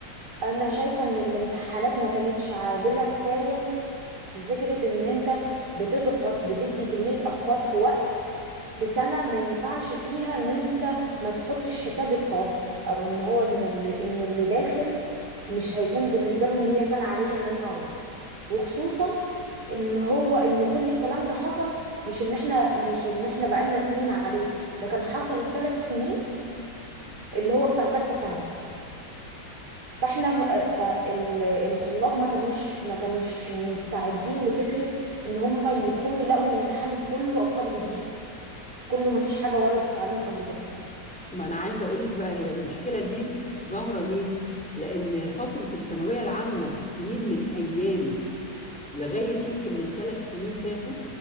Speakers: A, on the right; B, in the centre.
A: انا شايفة ان الامتحانات ما كانتش عادلة كفاية ف- في فكرة ان انت بتضغط بتدي كمية افكار في وقت في سنة ما ينفعش فيها ان انت ما تحطش حساب التوتر او ان هو ان اللي, ان اللي داخل مش هيكون بالنسبة له ان هي سنة عادية ان انا اغلط وخصوصا ان هو ان كل الكلام ده حصل مش ان احنا مش ان احنا بقالنا سنين عليه ده كان حصل ثلاث سنين اللي هو بتاع ثالثة ثانوي فاحنا م- فالطلاب ما كانوش ما كانوش مستعدين لفكرة ان هم يدخلوا يلاقوا الامتحان كله افكار جديدة كله ما فيش حاجة وردت عليهم قبل كده
B: ما انا عايزة اقول لك بقى هي المشكلة دي ظاهرة ليه؟ لان فترة الثانوية العامة في السنين من ايامي لغاية يمكن من ثلاث سنين فاتوا